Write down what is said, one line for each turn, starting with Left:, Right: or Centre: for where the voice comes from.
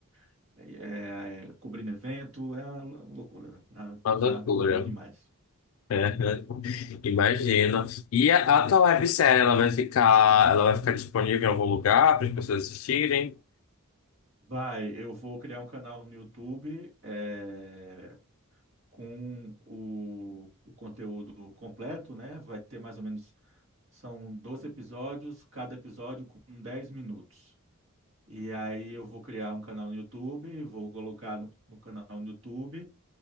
Right: é, é, cobrindo evento, é uma loucura. Tá,
Left: uma loucura.
Right: tá corrido demais.
Left: <laughs> É, Imagino. E a, a tua websérie, ela vai ficar, ela vai ficar disponível em algum lugar para as pessoas assistirem?
Right: Vai, eu vou criar um canal no YouTube é, com o, o conteúdo completo, né? Vai ter mais ou menos, são 12 episódios, cada episódio com 10 minutos. E aí eu vou criar um canal no YouTube, vou colocar no, no canal no YouTube